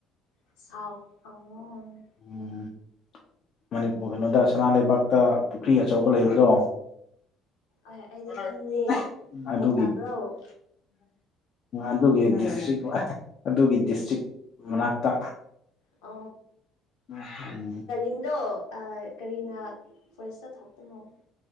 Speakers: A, on the left; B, on the left.
A: ꯁꯥꯎꯠ ꯑꯣ
B: ꯎꯝ ꯃꯅꯤꯄꯨꯔ ꯀꯩꯅꯣꯗ ꯁꯅꯥ ꯂꯩꯕꯥꯛꯇ ꯄꯨꯈ꯭ꯔꯤ ꯑꯆꯧꯕ ꯂꯩꯕꯗꯣ
A: ꯑꯩ ꯑꯩꯗꯤ
B: <unintelligible>
A: ꯈꯪꯗꯦ
B: ꯑꯗꯨꯒꯤ
A: ꯂꯣꯛꯇꯥꯛꯔꯣ
B: ꯑꯗꯨꯒꯤ ꯗꯤꯁꯇ꯭ꯔꯤꯛ ꯑꯗꯨꯒꯤ ꯗꯤꯁꯇ꯭ꯔꯤꯛ ꯃꯅꯥꯛꯇ
A: ꯑ
B: ꯎꯝ
A: ꯑꯗꯣ ꯑꯃꯥ ꯀꯔꯤꯅ first <unintelligible>